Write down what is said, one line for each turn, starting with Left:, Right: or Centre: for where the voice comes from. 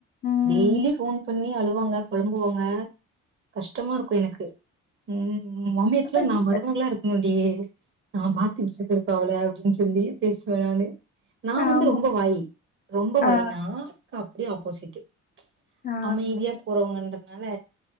Left: ம்.
Right: டெய்லி ஃபோன் பண்ணி அழுவாங்க பொலம்புவாங்க கஷ்டமா இருக்கு எனக்கு ம் ஒ மாமியாருக்கெல்லா
Left: அதான் இ-
Right: நா மருமகளா இருக்கணுடி நா பாத்துட்டு இருப்ப அவள அப்டினு சொல்லி பேசுவே நானு நா
Left: ஆமா.
Right: வந்து ரொம்ப வாயி ரொம்ப வாயினா
Left: ஆ,
Right: அப்டியே ஆப்போசிட்டு்
Left: ஆ,
Right: அமைதியா போறவங்கன்றனால